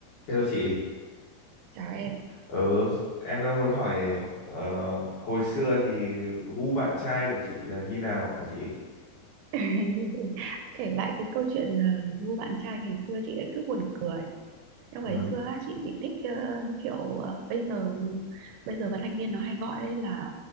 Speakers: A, on the left; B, on the right.
A: thế đâu chị
B: Chào em
A: ở em đang muốn hỏi hồi xưa thì gu bạn trai của chị là như nào à chị
B: <laughs> kể lại cái câu chuyện uh, ngu bạn trai ngày xưa chị lại cứ buồn cười nhưng ngày
A: um
B: xưa á, chị chỉ thích ờ, kiểu ờ, bây giờ bây giờ mà thanh niên nó hay gọi đấy là